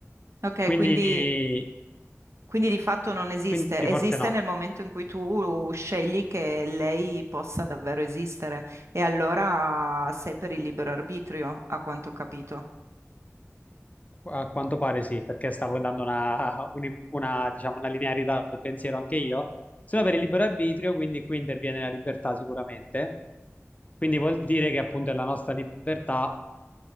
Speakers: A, on the right; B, on the left.
A: Ok,
B: Quindi,
A: quindi, quindi di fatto non esiste.
B: quindi
A: Esiste
B: forse no.
A: nel momento in cui tu scegli che lei possa davvero esistere. E allora sei per il libero arbitrio, a quanto ho capito.
B: A quanto pare sì, perché stavo dando una, uni- una, diciamo, una linearità al pensiero anche io. Solo per il libero arbitrio, quindi qui interviene la libertà sicuramente. Quindi vuol dire che appunto è la nostra libertà,